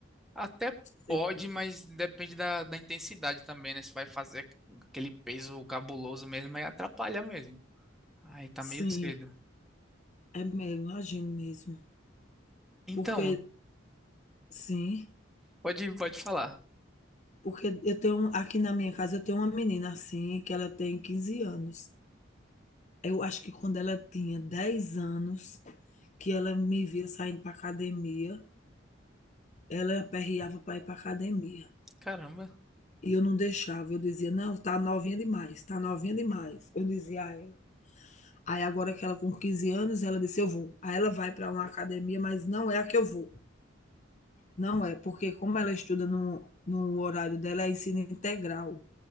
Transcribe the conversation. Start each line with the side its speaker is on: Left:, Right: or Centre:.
Centre: até
Left: Sei
Centre: pode, mas depende da, da intensidade também, né? Se vai fazer aquele peso cabuloso mesmo, aí atrapalha mesmo. Aí tá
Left: Sim,
Centre: meio cedo.
Left: é mesmo, imagino mesmo.
Centre: Então,
Left: Porque, sim,
Centre: pode, pode falar.
Left: porque eu tenho aqui na minha casa eu tenho uma menina assim, que ela tem 15 anos. Eu acho que quando ela tinha 10 anos, que ela me via saindo para academia, ela aperreava para ir para academia.
Centre: Caramba.
Left: E eu não deixava, eu dizia, não, tá novinha demais, tá novinha demais. Eu dizia a ela. Aí agora que ela com 15 anos, ela disse, eu vou. Aí ela vai para uma academia, mas não é a que eu vou. Não é, porque como ela estuda no, no horário dela, é ensino integral.